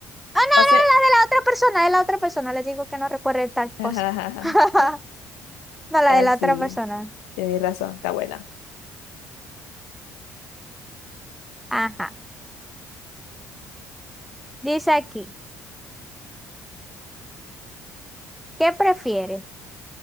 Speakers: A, in the centre; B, on the left.
A: ah, no, no, la
B: Hace,
A: de la otra persona, de la otra persona. Les digo que no recuerde tal
B: <laughs>
A: cosa. <laughs>
B: es
A: No, la
B: así,
A: de la otra persona.
B: tenés razón, está buena.
A: Ajá. Dice aquí, ¿qué prefieres?